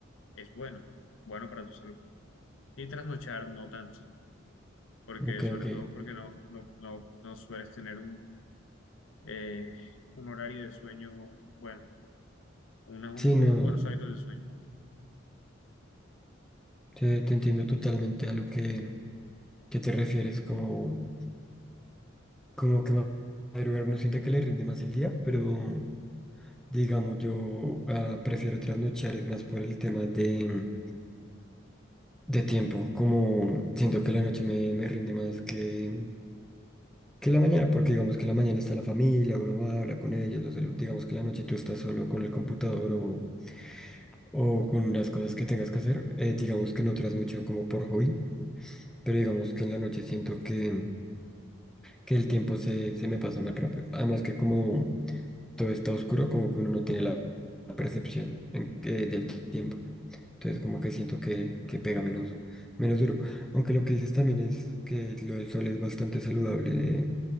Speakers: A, on the left; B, in the centre.
A: es bueno, bueno para tu salud. Y trasnochar no tanto. porque
B: ok,
A: sobre
B: ok.
A: todo porque no, no, no, no sueles tener un, eh, un horario de sueño, bueno, una- un-
B: Sí,
A: unos
B: no,
A: buenos hábitos de sueño.
B: te, te entiendo totalmente a lo que, que te refieres, como, como que ma- madrugar uno siente que le rinde más el día, pero digamos, yo ah, prefiero trasnochar, es más por el tema de, de tiempo, como siento que la noche me, me rinde más que Que en la mañana, porque digamos que en la mañana está la familia, uno va, habla con ellos, los saluda, digamos que en la noche tú estás solo con el computador o, o con las cosas que tengas que hacer, eh, digamos que no trasnocho como por hobby, pero digamos que en la noche siento que, que el tiempo se, se me pasa más rápido, además que como todo está oscuro, como que uno no tiene la percepción en que- del tiempo, entonces como que siento que, que pega menos, menos duro, aunque lo que dices también es que lo del sol es bastante saludable